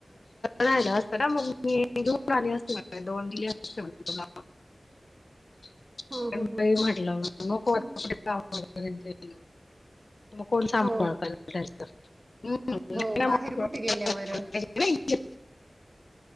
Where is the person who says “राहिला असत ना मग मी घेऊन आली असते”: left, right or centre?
Left